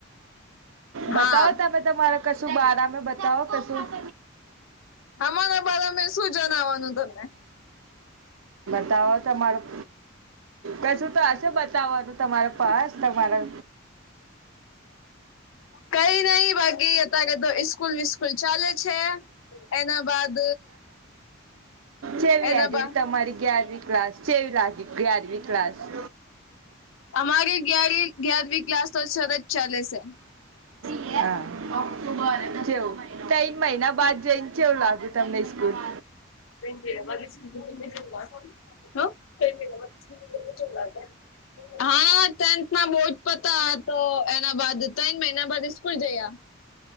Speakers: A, on the right; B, on the left.
A: બતાવો
B: હા
A: તમે તમારા- કશું બારામાં બતાવ કશું-
B: આમારા બાર મે શું જણાવવાનું તમને-
A: બતાવો તમારું કશું તો હશે બતાવવાનું તમારા પાસ- તમારા
B: કઈ નહી બાકી અ- સ્કૂલ વિસ્કુલ ચાલે છે. એના બાદ
A: જેવી
B: એના
A: હાજેરી
B: બા
A: તમારી ગ્યારમી ક્લાસ જેવી લાગે ગ્યારમી ક્લાસ-
B: અમારી ગ્યાર ગ્યારમી ક્લાસ તો સરસ ચાલે છે.
A: હા છેવ- તન મહિના બાદ જઈને એવું લાગે તમને સ્કૂલ-
B: જ <unintelligible> હા ટેન્થમાં બોર્ડ પતા તો એના બાદ ત્રણ મહિના બાદ સ્સ્કૂલ જયા <unintelligible>